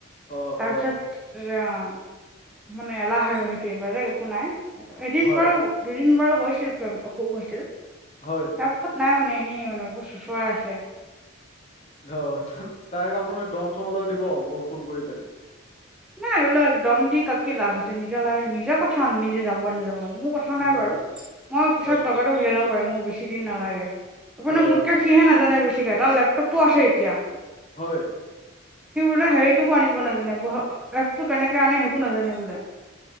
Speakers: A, on the left; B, in the centre.
A: অ',
B: তাৰপিছত
A: অ',
B: অ', মানে এলাহ আৰু সেইটো এইবাৰ একো নাই এইটো এদিন
A: হয়,
B: বাৰু দুদিন বাৰু হৈছিল, অসুখ হৈছিল।
A: হয়।
B: কাপত নাই মানে এনেই মানে বহুত চোঁচৰা আছে।
A: অ', তাইক আপোনাৰ দম চম অলপ দিব, ফোন কৰি পেলাই।
B: নাই এইবিলাক এক দম দি কাক কি লাভ হৈছে, নিজৰ লাইভ নিজক কথা নিজে যাব নাযাব, মোৰ কথা নাই
A: হয়,
B: বাৰুহ মই পিছত
A: হয়,
B: লগত উলিয়াব পাৰি মোৰ বেছি দিন নালাগে আপু
A: হয়,
B: মোতকে
A: হয়,
B: সিহে নাজানে বেছিকে তাৰ ল টোপ আছে এতিয়া।
A: হয়।
B: সি বোলে সেইটোকো আনিব নাজানে ব এপটো কেনেকে আনে সেইটো নাজানে বোলে।